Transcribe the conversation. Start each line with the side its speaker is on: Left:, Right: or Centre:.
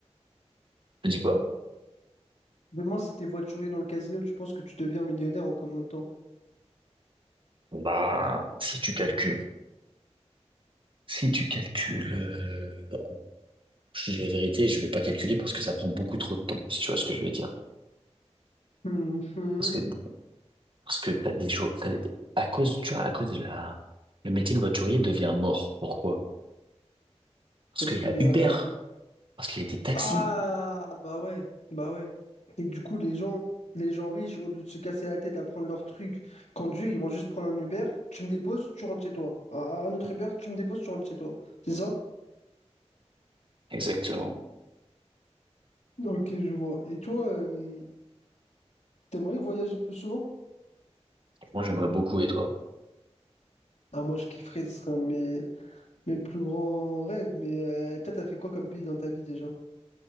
Right: Tu dis quoi?
Left: Demain, si t'es voiturier dans le casino, tu penses que tu deviens millionnaire en combien de temps?
Right: Bah, si tu calcules, si tu calcules, euh, non, je te dis la vérité, je vais pas calculer parce que ça prend beaucoup trop de temps, si tu vois ce que je veux dire.
Left: Hum, hum.
Right: Parce que Parce que t'as des jours, t'as- à cause, tu vois, à cause de la, le métier de voiturier devient mort. Pourquoi? Parce
Left: Parce
Right: qu'il
Left: qu'il
Right: y a
Left: y
Right: Uber,
Left: a...
Right: parce qu'il y a des taxis.
Left: Ah, bah ouais, bah ouais. Et du coup, les gens, les gens riches, au lieu de se casser la tête à prendre leur truc, conduire, ils vont juste prendre un Uber, tu me déposes, tu rentres chez toi. Un un autre Uber, tu me déposes, tu rentres chez toi. C'est ça?
Right: Exactement.
Left: Ok, je vois. Et toi, euh, t'aimerais voyager plus souvent?
Right: Moi, j'aimerais beaucoup, et toi?
Left: Ah, moi, je kifferais, ce serait un de mes... Mes plus grands rêves, mais euh, toi, t'as fait quoi comme pays dans ta vie déjà?